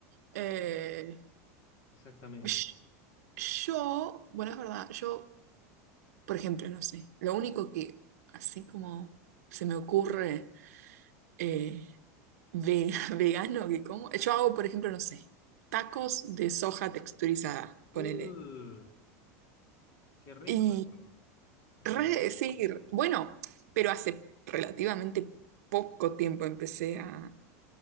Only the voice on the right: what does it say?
Eh,
Sh- Yo, bueno, es verdad, yo, por ejemplo, no sé, lo único que así como se me ocurre eh, ve- <laughs> vegano que como, yo hago, por ejemplo, no sé, tacos de soja texturizada, ponele.
Y
re decir, bueno, pero hace relativamente poco tiempo empecé a,